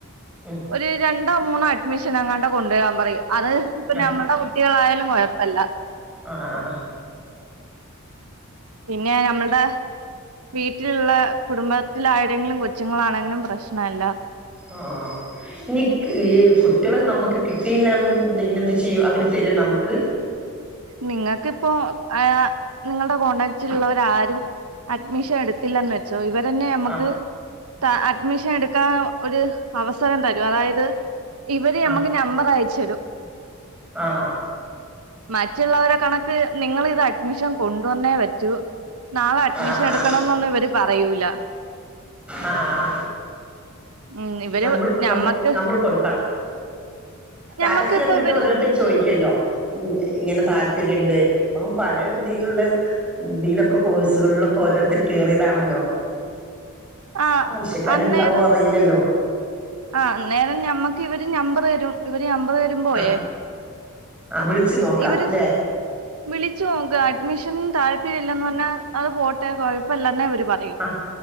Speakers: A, in the centre; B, on the right.
A: ഉം
B: ഒരു രണ്ടോ മൂന്നോ അഡ്മിഷനെങ്ങാണ്ട് കൊണ്ടുവരാൻ പറയും അത് ഇപ്പ
A: ആ
B: ഞമ്മടെ കു ട്ടികളായാലും കുഴപ്പല്ല
A: ആ ആ ആ ആ
B: പിന്നെ ഞമ്മൾടെ വീട്ടിലുള്ള കുടുംബത്തിലായിടെങ്കിലും കൊച്ചുങ്ങളാണെങ്കിലും പ്രശ്നല്ല
A: ആ ആ ഇനി ഈ കുട്ടികളെ നമുക്ക് കിട്ടിയില്ലാന്നുണ്ടെങ്കിൽ എന്ത് ചെയ്യൂ അവര് തരോ നമുക്ക്
B: നിങ്ങൾക്കിപ്പോ ആ നിങ്ങൾടെ കോടാക്റ്റിലുള്ളവരാരും അഡ്മിഷൻ എടുത്തില്ലാന്ന് വെച്ചോ ഇവരെന്നെ നമുക്ക്
A: ആ
B: ത അഡ്മിഷൻ എടുക്കാൻ ഒരു അവസരം തരും അതായത് ഇവിര്
A: ആ
B: നമുക്ക് നമ്പർ അയച്ചു രും
A: ആ ആ
B: മറ്റുള്ളവരെ കണക്ക് നിങ്ങളിത് അഡ്മിഷൻ കൊണ്ടുവന്നേ പറ്റൂ നാളെ അഡ്മിഷൻ
A: അ
B: എടുക്കണന്നൊന്നും
A: അ
B: ഇവര് പറയൂല.
A: ആ ആ
B: ഉം ഇവര്
A: നമ്മള്
B: ഞമ്മക്ക്
A: നം നമ്മള് കൊടുക്കണം സ്റ്റാറ്റസ്
B: ഞമ്മക്കിപ്പോ
A: കണ്ടിട്ട്
B: ഇവര്
A: ഓരോരുത്തര് ചോയിക്കല്ലോ ഇങ്ങനെ താല്പര്യണ്ട് അപ്പോ പല ഇതിയിലുള്ള ഇതിലൊ കോഴ്സുകളിലൊക്കെ ഓരോരുത്തർ കേറിയതാണല്ലോ
B: ആഹ്
A: ആവശ്യക്കാരുണ്ടാവോ
B: അന്നേരം
A: അറിയില്ലല്ലോ
B: അന്നേരം നമ്മക്കിവര് നമ്പർ തരും ഇവര് നമ്പറ് പോയേ
A: ആ ആ വിളിച്ചു നോക്കാം
B: ഇവര്
A: ല്ലേ
B: വിളിച്ചു നോക്ക് അഡ്മിഷൻ താല്പര്യല്ലന്ന് പറഞ്ഞ അത് പോട്ടെ കൊഴപ്പില്ലന്നെ അവര് പറയൂ
A: അ